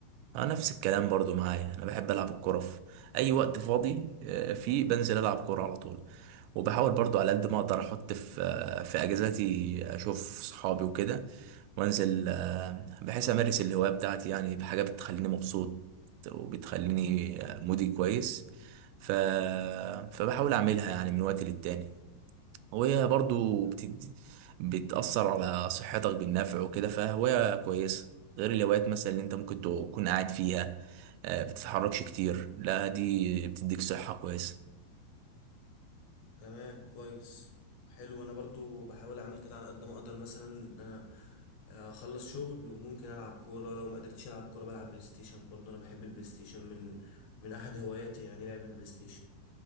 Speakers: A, on the right; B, on the left.
A: اه نفس الكلام برضو معايا انا بحب العب الكوره في اي وقت فاضي آه، فيه بنزل العب كوره على طول وبحاول برضو على قد ما اقدر احط في آه، في اجازاتي اشوف صحابي وكده وانزل آه، بحيث امارس الهوايه بتاعتي يعني بحاجه بتخليني مبسوط وبتخليني آه، مودي كويس ف... فبحاول اعملها يعني من وقت للتاني وهي برضو
B: كويس
A: بتد... بتأثر على صحتك بالنفع وكده فهواية كويسة غير الهوايات مثلا اللي انت ممكن تكون قاعد فيها آه، بتتحركش كتير لا دي بتديك صحة كويسة
B: تمام كويس حلو انا برضو بحاول اعمل كده على قد ما اقدر مثلا ان انا اخلص شغل وممكن العب كوره لو ما قدرتش العب كوره بلعب بلاي ستيشن برضو انا بحب البلاي ستيشن من من احد هواياتي يعني لعب البلاي ستيشن